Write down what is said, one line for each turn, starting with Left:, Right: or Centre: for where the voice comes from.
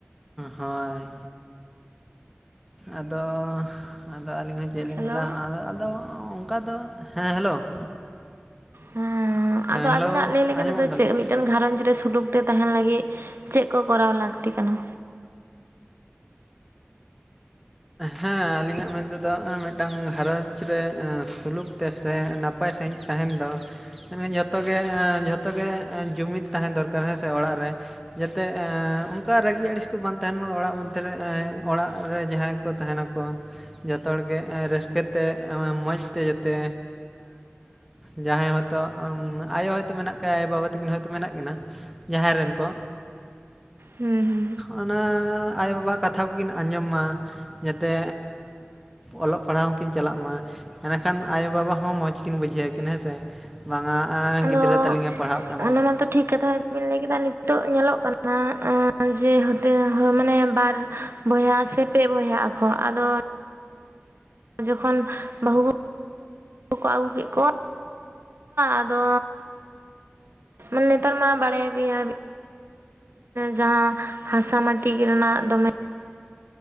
Centre: ᱦᱳᱭ ᱟᱫᱚ ᱟᱫᱚ ᱟᱹᱞᱤᱧ ᱦᱚᱸ ᱪᱮᱫ ᱞᱤᱧ
Right: ᱦᱮᱞᱳ
Centre: ᱢᱮᱱᱟ ᱦᱳᱭ ᱟᱫᱚ ᱚᱱᱠᱟ ᱫᱚ ᱦᱮᱸ ᱦᱮᱞᱳ ᱾
Right: ᱦᱮᱸ ᱟᱫᱚ
Centre: ᱦᱮᱞᱳ
Right: ᱟᱵᱤᱱ ᱱᱟᱜ ᱞᱟᱹᱭ ᱞᱮᱠᱟ
Centre: ᱟᱸᱡᱚᱢᱚᱜ
Right: ᱛᱮ ᱫᱚ
Centre: ᱠᱟᱱ ᱛᱟᱹᱞᱤᱧᱟ
Right: ᱪᱮᱫ ᱢᱤᱫᱴᱮᱱ ᱜᱷᱟᱨᱚᱧᱡᱽ ᱨᱮ ᱥᱩᱞᱩᱠ ᱛᱟᱦᱮᱱ ᱞᱟᱹᱜᱤᱫ ᱪᱮᱫ ᱠᱚ ᱠᱚᱨᱟᱣ ᱞᱟᱹᱠᱛᱤ ᱠᱟᱱᱟ?
Centre: ᱦᱮᱸ ᱟᱹᱞᱤᱧ ᱟᱜ ᱢᱮᱱ ᱛᱮ ᱫᱚ ᱱᱚᱜᱼᱚᱭ ᱢᱤᱫ ᱴᱟᱝ ᱜᱷᱟᱨᱚᱸᱡᱽ ᱨᱮ ᱥᱩᱞᱩᱠ ᱛᱮ ᱥᱮ ᱱᱟᱯᱟᱭ ᱥᱟᱸᱦᱤᱡ ᱛᱟᱦᱮᱱ ᱫᱚ ᱡᱷᱚᱛᱚ ᱜᱮ ᱡᱷᱚᱛᱚ ᱜᱮ ᱡᱩᱢᱤᱫ ᱛᱟᱦᱮᱸ ᱫᱚᱨᱠᱟᱨ ᱦᱮᱸ ᱥᱮ ᱚᱲᱟᱜ ᱨᱮ, ᱡᱟᱛᱮ ᱚᱱᱠᱟ ᱨᱟᱹᱜᱤ ᱟᱹᱲᱤᱥ ᱠᱚ ᱵᱟᱝ ᱛᱟᱦᱮᱱ ᱢᱟ ᱚᱲᱟᱜ ᱢᱚᱫᱽᱫᱷᱮ ᱨᱮ, ᱚᱲᱟᱜ ᱨᱮ ᱡᱟᱦᱟᱸᱭ ᱠᱚ ᱛᱟᱦᱮᱸᱱ ᱱᱟᱠᱚ ᱡᱷᱚᱛᱚ ᱦᱚᱲ ᱜᱮ ᱨᱟᱹᱥᱠᱟᱹ ᱛᱮ ᱢᱚᱡᱽ ᱛᱮ ᱡᱟᱛᱮ ᱡᱟᱦᱟᱸᱭ ᱦᱚᱭ ᱛᱚ ᱟᱭᱳ ᱦᱚᱭ ᱛᱳ ᱢᱮᱱᱟᱜ ᱠᱚ ᱟᱭᱳᱼᱵᱟᱵᱟ ᱛᱟᱹᱠᱤᱱ ᱦᱚᱭ ᱛᱳ ᱢᱮᱱᱟᱜ ᱠᱤᱱᱟ ᱡᱟᱦᱟᱸᱭ ᱨᱮᱱ ᱠᱚ,
Right: ᱦᱩᱸ ᱦᱩᱸ
Centre: ᱚᱱᱟ ᱟᱭᱳᱼᱵᱟᱵᱟ ᱟᱜ ᱠᱟᱛᱷᱟ ᱠᱚᱠᱤᱱ ᱟᱸᱡᱚᱢ ᱢᱟ, ᱡᱟᱛᱮ ᱚᱞᱚᱜ ᱯᱟᱲᱦᱟᱜ ᱦᱚᱸ ᱠᱤᱱ ᱪᱟᱞᱟᱜ ᱢᱟ, ᱮᱰᱮ ᱠᱷᱟᱱ ᱟᱭᱳᱼᱵᱟᱵᱟ ᱦᱚᱸ ᱢᱚᱸᱡᱽ ᱠᱤᱱ ᱵᱩᱡᱷᱟᱹᱣ ᱟᱠᱤᱱ ᱦᱮᱸ ᱥᱮ ᱾ ᱵᱟᱝᱟ
Right: ᱟᱫᱚ
Centre: ᱜᱤᱫᱽᱨᱟᱹ ᱛᱟᱹᱞᱤᱧ ᱮ ᱯᱟᱲ ᱦᱟᱜ ᱠᱟᱱᱟᱭ ᱾
Right: <unintelligible> ᱴᱷᱤᱠ ᱠᱟᱛᱷᱟ ᱵᱤᱱ ᱞᱟᱹᱭ ᱠᱮᱫᱟ ᱱᱤᱛᱚᱜ ᱧᱮᱞᱚᱜ ᱠᱟᱱᱟ ᱡᱮ <unintelligible> ᱢᱟᱱᱮ ᱵᱟᱨ ᱵᱚᱭᱦᱟ ᱥᱮ ᱯᱮ ᱵᱚᱭᱦᱟᱜ ᱟᱠᱚ ᱟᱫᱚ ᱡᱚᱠᱷᱚᱱ ᱵᱟᱹᱦᱩ ᱠᱚ ᱟᱹᱜᱩ ᱠᱮᱫ ᱠᱚᱣᱟ, ᱟᱫᱚ ᱢᱟᱱᱮ ᱱᱮᱛᱟᱨ ᱢᱟ ᱵᱟᱲᱟᱭᱟ ᱜᱮᱭᱟ ᱵᱤᱱ ᱡᱟᱦᱟᱸ ᱦᱟᱥᱟ ᱢᱟᱴᱤ ᱨᱮᱱᱟᱜ ᱫᱚᱢᱮ